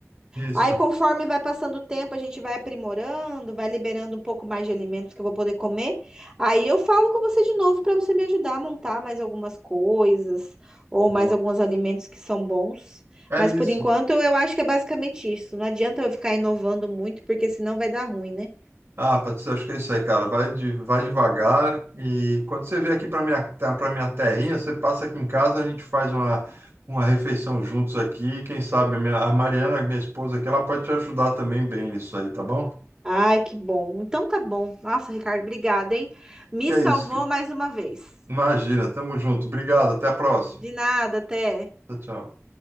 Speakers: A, on the right (about 55°); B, on the right (about 15°).
A: isso.
B: Aí, conforme vai passando o tempo, a gente vai aprimorando, vai liberando um pouco mais de alimentos que eu vou poder comer. Aí eu falo com você de novo para você me ajudar a montar mais algumas coisas ou
A: Boa.
B: mais alguns alimentos que são bons.
A: É
B: Mas
A: isso.
B: por enquanto eu acho que é basicamente isso. Não adianta eu ficar inovando muito, porque senão vai dar ruim, né?
A: Ah, Patrícia, acho que é isso aí, cara. Vai, de, vai devagar e quando você vier aqui para minha para minha terrinha, você passa aqui em casa, a gente faz uma, uma refeição juntos aqui. Quem sabe a, minha, a Mariana, minha esposa aqui, ela pode te ajudar também bem nisso aí, tá bom?
B: Ai, que bom. Então tá bom. Nossa, Ricardo, obrigada, hein? Me
A: Que é
B: salvou
A: isso, que-
B: mais uma vez.
A: imagina. Tamo junto. Obrigado. Até a próxima.
B: De nada, até.
A: Tchau, tchau.